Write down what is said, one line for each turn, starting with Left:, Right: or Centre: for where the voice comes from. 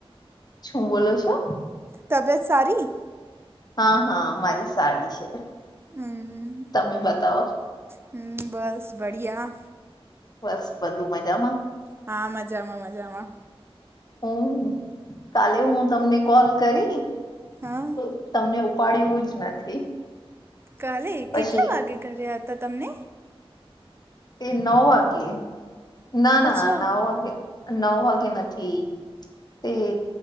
Left: શું બોલો છો.
Right: તબિીયત સારી
Left: હા, હા મારી સાડી છે.
Right: હમ
Left: તમે બતાવો
Right: હમ બસ બઢિયા.
Left: બસ બધું મજામાં.
Right: હા મજામાં, મજામાં
Left: હમ કાલે હું તમને કોલ કરી
Right: હમ્મ
Left: તો તમને ઉપાડું જ નથી
Right: કાલે
Left: પછી
Right: કેટલા વાગે કર્યા હતા તમને.
Left: એ નવ વાગે ના, ના,
Right: અચ્છા
Left: ના વાગે નવ વાગે નથી, તે